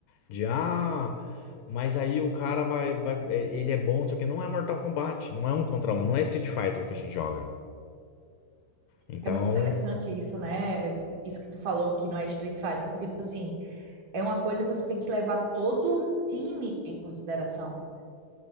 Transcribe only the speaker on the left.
De ah, mas aí o cara vai, vai- é, ele é bom, não sei o que. Não é Mortal Kombat, não é um contra um, não é Street Fighter que a gente joga. Então,